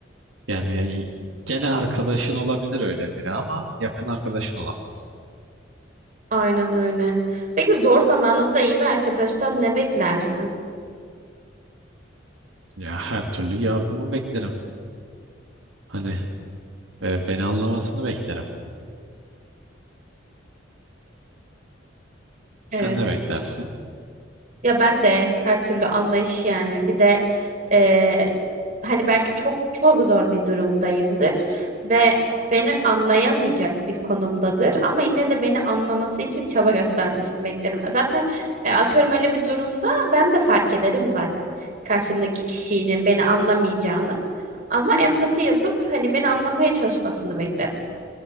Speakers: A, on the right; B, on the right.
A: Yani gene arkadaşın olabilir öyle biri ama yakın arkadaşın olamaz.
B: Aynen öyle. Peki zor zamanında iyi bir arkadaştan ne beklersin?
A: Ya her türlü yardımı beklerim. Hani e, beni anlamasını beklerim. Sen
B: Evet.
A: ne beklersin?
B: Ya ben de her türlü anlayış yani. Bir de eee, hani belki çok çok zor bir durumdayımdır ve beni anlayamayacak bir konumdadır ama yine de beni anlaması için çaba göstermesini beklerim. Zaten e, atıyorum öyle bir durumda ben de fark ederim zaten karşımdaki kişinin beni anlamayacağını ama empati yapıp hani beni anlamaya çalışmasını beklerim.